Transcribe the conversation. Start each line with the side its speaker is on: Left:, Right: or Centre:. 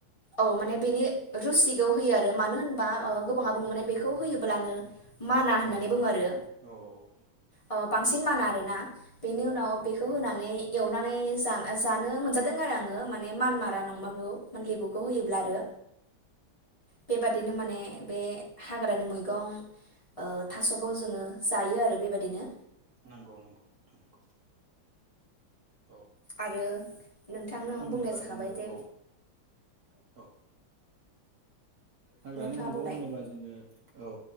Left: औ माने बेनि रुसिगौ होयो आरो मानो ह होनबा माबा गोबाङा बुङो माने बेख खौ होयोबोलानो माना होननानै बुङो आरो
Right: औ औ
Left: ओ बांसिन माना आरोना बेनि उनाव बेखौ होनान नै एवनानै जान-जानो मोनजादों आरो आं। ङो माने मानमारा नंमारगौ मान लेबुखौ होयोब्ला आरो बेबाद दिनो माने बे हाग्रानि मैगं ओ थास'गोव जोङो जायो आरो बेबायदिनो।
Right: नोंगौ नंगौ नंगौ औ
Left: आरो नोंथांनो
Right: होनोबा
Left: आं बुंनाय जाखाबाय
Right: जोङो
Left: जे
Right: औ औ। हाग्रानि
Left: नोंथाङा
Right: मैगं
Left: बुंलाय
Right: होनोबा जोङो औ।